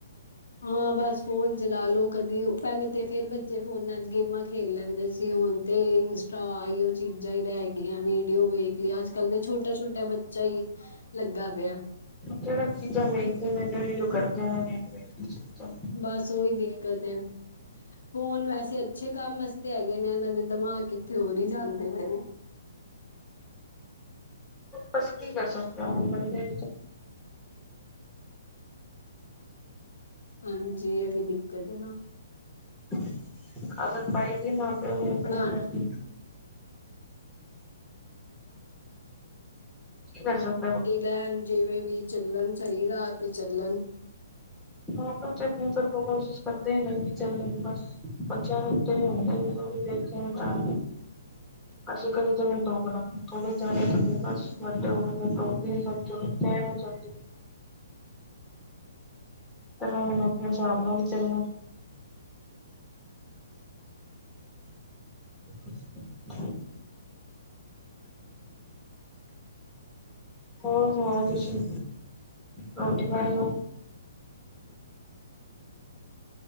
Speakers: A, on the left; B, in the centre.
A: ਹਾਂ ਬਸ, ਫੋਨ ਚਲਾ ਲੋਓ ਕਦੀ ਪਹਿਲੇ ਤੇ ਫੇਰ ਬੱਚੇ ਫੋਨਾਂ ਚ ਗੇਮਾਂ ਖੇਲ ਲੈਂਦੇ ਸੀ ਹੁਣ ਤੇ ਇੰਸਟਾ ਆਈੳ ਚੀਜ਼ਾਂ ਹੀ ਰਹਿ ਗਈਆਂ ਵੀਡੀਓ ਵੇਖ ਲੋ ਅੱਜ ਕੱਲ੍ਹ ਤੇ ਛੋਟਾ ਛੋਟਾ ਬੱਚਾ ਹੀ ਲੱਗਾ ਪਿਆ।
B: ਜਿਹੜੀ ਚੀਜ਼ਾਂ ਵੇਖਦੇ ਨੇ ਫੇਰ ਉਹ ਕਰਦੇ ਨੇ। ਵੇਖ-ਵੇਖ ਕੇ ਚੀਜ਼ਾਂ
A: ਬਸ ਉਹੀੳ ਦਿੱਕਤ ਹੈ। ਫੋਨ ਵੈਸੇ ਅੱਛੇ ਕੰਮ ਵਾਸਤੇ ਹੈਗੇ ਨੇ, ਇਹਨਾਂ ਦੇ ਦਿਮਾਗ ਕਿਥੇ ਹੋਰ ਹੀ ਜਾਂਦੇ ਪਏ ਨੇ।
B: ਬਸ ਕੀ ਕਰ ਸਕਦੇ ਹੋ ਬੰਦੇੇ
A: ਹਾਂਜੀ ਇਹ ਵੀ ਦਿੱਕਤ ਹੈ ਨਾ।
B: <unintelligible> ਆਦਤ ਨੇ ਆਪਣੇ
A: ਹਣਾ?
B: ਆਪ ਹੀ ਕੀ ਕਰ ਸਕਦੇ।
A: ਲੈਣ ਜਿਵੇਂ ਵੀ ਚੱਲਣ ਸਹੀ ਰਾਹ ਤੇ ਚੱਲਣ
B: ਆ ਤਾਂ ਤੇ ਆਪਣੇ ਤਰਫ ਕੋਸ਼ਿਸ਼ ਕਰਦੇ ਹੀ ਨਹੀਂ ਵੀ ਚੱਲ ਬਸ। ਬੱਚਾ ਦੇ ਉੱਤੇ ਵੀ ਦੇਖੇ ਤਾਂ।
A: <unintelligible>
B: ਅਸੀਂ ਕਦੇ ਜੋਗਰਾ ਥੋੜੇ ਜਾਣੇ ਬ ਵੱਡੇ ਹੋਕੇ <unintelligible> ਪਰ ਹੁਣ ਆਪਣੇ ਹਿਸਾਬ ਨਾਲ ਹੀ ਚੱਲਣਾ। <unintelligible> ਹੋਰ ਸੁਣਾਓ ਤੁਸੀਂ ਰੋਟੀ ਪਾਣੀ?